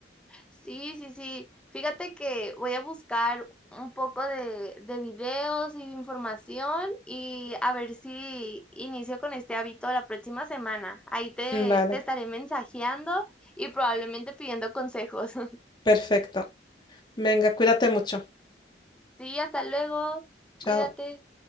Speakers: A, in the centre; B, on the left.
A: Sí, sí, sí. Fíjate que voy a buscar un poco de, de videos y de información y a ver si inicio con este hábito la próxima semana. Ahí te,
B: Mm, Vale,
A: te estaré mensajeando y probablemente pidiendo consejos. <laughs>
B: perfecto. Venga, cuídate mucho.
A: Sí, hasta luego.
B: Chao.
A: Cuídate.